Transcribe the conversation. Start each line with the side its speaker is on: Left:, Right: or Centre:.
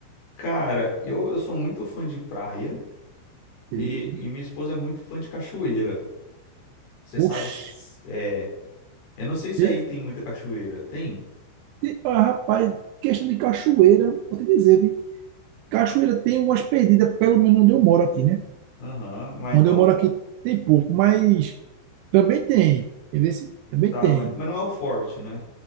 Left: Cara, eu, eu sou muito fã de praia e,
Right: E,
Left: e minha esposa é muito fã de cachoeira. Você
Right: oxi,
Left: sabe, se- é, eu não sei se
Right: e-
Left: aí tem muita cachoeira. Tem?
Right: e- ah, rapaz, questão de cachoeira, vou te dizer, vi. Cachoeira tem umas perdidas, pelo menos onde eu moro aqui, né?
Left: Aham, mas
Right: Onde
Left: então,
Right: eu moro aqui tem pouco, mas também tem. Entendeu? Também
Left: tá,
Right: tem.
Left: mas, mas não é o forte, né?